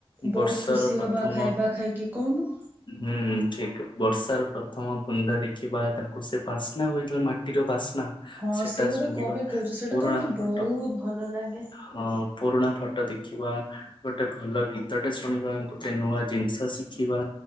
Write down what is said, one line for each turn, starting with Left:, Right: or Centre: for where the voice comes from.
Right: ବହୁତ
Left: ବର୍ଷର
Right: ଖୁସି
Left: ପ୍ରଥମ
Right: ହବା ଖାଇବା ଖାଇକି କହୁନୁ।
Left: ହୁଁ ଠିକି ବର୍ଷାର ପ୍ରଥମ ବୁନ୍ଦା ଦେଖିବା ତାଙ୍କୁ ସେ ବାସ୍ନା ହୋଇଗଲା ମାଟି ମାଟିର ବାସ୍ନା
Right: ହଁ
Left: ସେଟା
Right: ସେଇ କଥା
Left: ଶୁଙ୍ଗିବା
Right: କ'ଣ ପାଇଁ କହୁଛୁ ସେଇଟା
Left: ପୁରୁଣା
Right: ତ ମୋତେ
Left: ଫଟୋ
Right: ବହୁତ ଭଲ ଲାଗେ
Left: ହଁ ପୁରୁଣା ଫଟୋ ଦେଖିବା ଗୋଟେ ଭଲ ଗୀତଟେ ଶୁଣିବା। ଗୋଟେ ନୂଆ ଜିନିଷ ଶିଖିବା